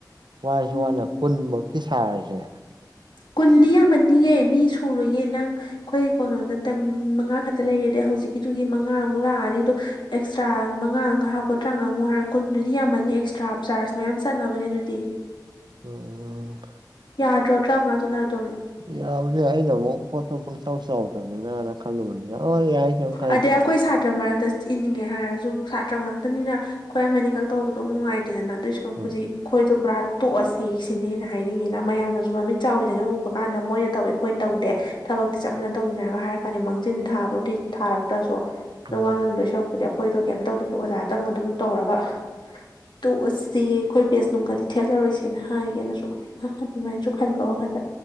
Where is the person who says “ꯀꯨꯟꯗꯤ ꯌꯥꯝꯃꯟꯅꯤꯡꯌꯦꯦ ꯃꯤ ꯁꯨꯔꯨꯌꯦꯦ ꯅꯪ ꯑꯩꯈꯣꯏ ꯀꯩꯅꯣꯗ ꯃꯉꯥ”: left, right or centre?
Left